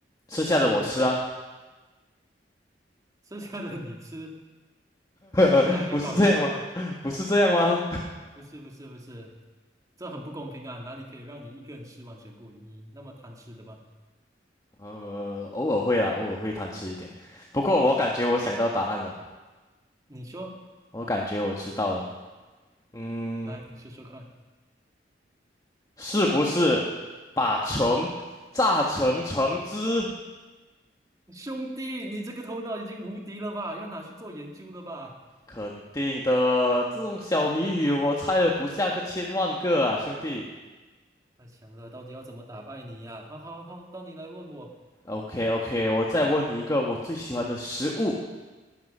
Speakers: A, on the left; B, on the right.
A: 剩下的我吃啊，
B: 还有五个，剩下的你吃，兄弟还会搞幽默啊。
A: <laughs> 不是这样吗？<laughs> 不是这样吗？
B: 不是不是不是，这很不公平啊！哪里可以让你一个人吃完全部？你那么贪吃的吧？
A: <laughs> 呃，偶尔会啦，偶尔会贪吃一点。不过我感觉我想到答案了，
B: 哦，你说，
A: 我感觉我知道了。嗯，
B: 来，你说说看。
A: 是不是把橙榨成橙汁？
B: 兄弟，你这个头脑已经无敌了吧？要拿去做研究了吧？
A: 肯定的，这种小谜语我猜了不下个千万个啊，兄弟。
B: 太强了，到底要怎么打败你呀、好好好，到你来问我
A: OK OK，我再问你一个我最喜欢的食物，